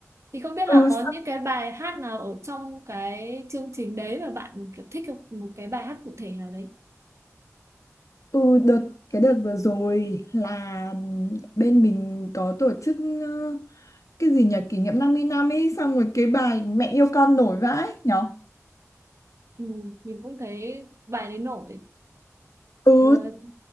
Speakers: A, on the right (about 60°); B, on the left (about 80°).
A: thì không biết là
B: ừ
A: có những cái bài hát nào ở trong cái chương trình đấy mà bạn kiểu thích không? một cái bài hát cụ thể nào đấy
B: Ừ, đợt cái đợt vừa rồi là bên mình có tổ chức ờ, cái gì nhỉ kỷ niệm 50 năm ấy xong rồi cái bài mẹ yêu con nổi vãi nhở
A: Ừ, mình cũng thấy bài đấy nổi
B: ừ
A: ừ,